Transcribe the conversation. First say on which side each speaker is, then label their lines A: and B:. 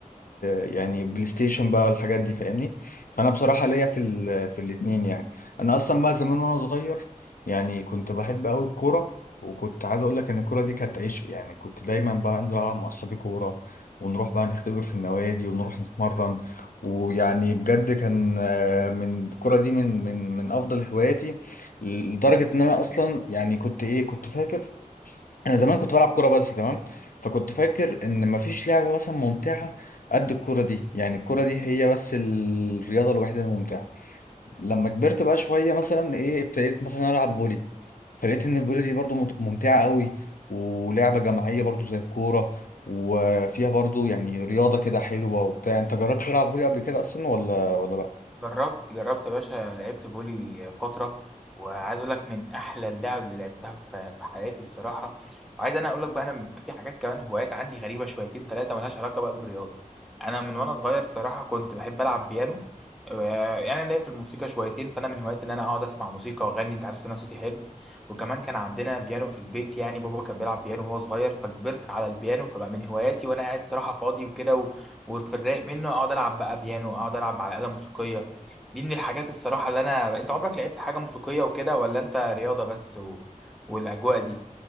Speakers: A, on the left; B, in the centre.
A: يعني بلاي ستيشن بقى والحاجات دي فاهمني فانا بصراحه ليا في ال... في الاثنين يعني انا اصلا بقى زمان وانا صغير يعني كنت بحب قوي الكوره وكنت عايز اقول لك ان الكوره دي كانت عيش يعني كنت دايما بقى انزل العب مع اصحابي كوره ونروح بقى نختبر في النوادي ونروح نتمرن ويعني بجد كان آه، من الكوره دي من من من افضل هواياتي لدرجه ان انا اصلا يعني كنت ايه كنت فاكر انا زمان كنت بلعب كوره بس تمام فكنت فاكر ان مفيش لعبه مثلا ممتعه قد الكوره دي يعني الكوره دي هي بس الرياضه الوحيده الممتعه لما كبرت بقى شويه مثلا ايه ابتديت مثلا العب فولي فلقيت ان الفولي دي برضو مت- ممتعه قوي ولعبه جماعيه برضو زي الكوره وفيها برضو يعني رياضه كده حلوه وبتاع انت جربت تلعب فولي قبل كده اصلا ولا ولا لا
B: جربت جربت يا باشا لعبت فولي فترة وعايز اقول لك من احلى اللعب اللي لعبتها في في حياتي الصراحة وعايز انا اقول لك بقى انا م- في حاجات كمان هوايات عندي غريبة شويتين ثلاثة ملهاش علاقة بقى بالرياضة انا من وانا صغير صراحة كنت بحب العب بيانو و- يعني انا ليا في الموسيقى شويتين فانا من هواياتي ان انا اقعد اسمع موسيقى واغني انت عارف ان انا صوتي حلو وكمان كان عندنا بيانو في البيت يعني بابا كان بيلعب بيانو وهو صغير فكبرت على البيانو فبقى من هواياتي وانا قاعد صراحة فاضي وكده و- وفي الرايق منه اقعد العب بقى بيانو اقعد العب على آلة موسيقية دي من الحاجات الصراحة اللي أنا أنت عمرك لعبت حاجة موسيقية وكده ولا أنت رياضة بس و... والأجواء دي؟